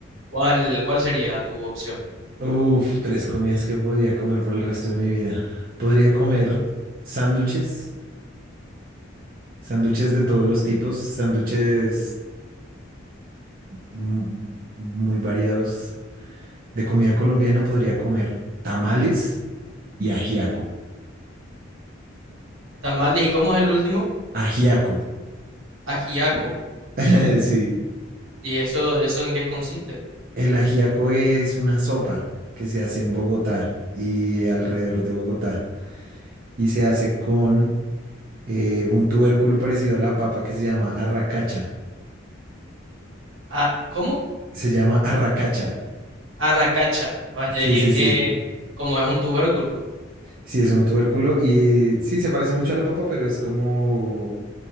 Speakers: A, on the right; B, on the right.
A: ¿cuál, cuál sería tu opción?
B: Uf, tres comidas que podría comer por el resto de mi vida. Podría comer sándwiches, sándwiches de todos los tipos, sándwiches mm, muy variados. De comida colombiana podría comer tamales y ajiaco.
A: Tamales, ¿y cómo es el último?
B: Ajiaco,
A: Ajiaco.
B: <laughs> sí.
A: ¿Y eso, eso en qué consiste?
B: El ajiaco es una sopa que se hace en Bogotá y alrededor de Bogotá. Y se hace con eh, un tubérculo parecido a la papa que se llama arracacha.
A: Ah, ¿cómo?
B: Se llama arracacha.
A: Arracacha, vaya,
B: Sí,
A: ¿y
B: sí,
A: en Sí.
B: sí.
A: qué? Como es un tubérculo.
B: Sí, es un tubérculo y sí, se parece mucho a la papa, pero es como,